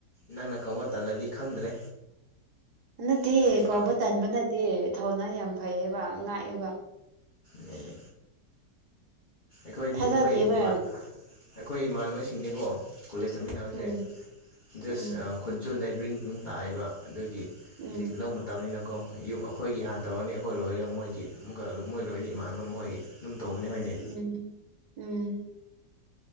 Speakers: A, on the left (about 40°); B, on the right (about 75°).
A: ꯅꯪꯅ ꯀꯧꯕ ꯇꯜꯂꯗꯤ ꯈꯪꯗ꯭ꯔꯦ
B: ꯅꯠꯇꯦ
A: ꯑꯁꯦꯡꯕ
B: ꯀꯧꯕ ꯇꯟꯕ ꯅꯠꯇꯦ ꯊꯧꯅꯥ ꯌꯥꯝ ꯐꯩꯌꯦꯕ ꯉꯥꯛꯑꯦꯕ
A: ꯅꯦ ꯑꯩꯈꯣꯏꯗꯤ
B: ꯊꯥꯖꯗꯦꯕ
A: ꯑꯩꯈꯣꯏ ꯏꯃꯥꯟ
B: ꯌꯥꯝ꯫
A: ꯑꯩꯈꯣꯏ ꯏꯃꯥꯟꯅꯕꯁꯤꯡꯗꯤꯀꯣ ꯀꯣꯂꯦꯖ ꯆꯠꯃꯤꯟꯅꯕꯁꯦ
B: ꯎꯝ
A: ꯗ꯭ꯔꯦꯁ
B: ꯎꯝ
A: ꯈꯨꯟꯁꯨ ꯅꯥꯢꯕ꯭ꯔꯤꯡ ꯇꯥꯏꯕ ꯑꯗꯨꯒꯤ
B: ꯎꯝ
A: ꯍꯖꯤꯛ ꯂꯧ ꯃꯇꯝꯅꯤꯅ ꯑꯣ ꯑꯩꯈꯣꯏꯒꯤ ꯍꯥꯟꯅ ꯇꯧꯔꯅꯤ ꯑꯩꯈꯣꯏ ꯂꯣꯏꯔꯦ ꯃꯣꯏꯒꯤ ꯑꯃꯨꯛꯀ ꯃꯣꯏ ꯂꯣꯏꯔꯗꯤ ꯏꯃꯥꯟꯅꯕ ꯈꯣꯏꯒꯤ ꯑꯗꯨꯝ ꯇꯧꯕꯅꯤ ꯈꯣꯏꯗꯤ
B: ꯎꯝ ꯎꯝ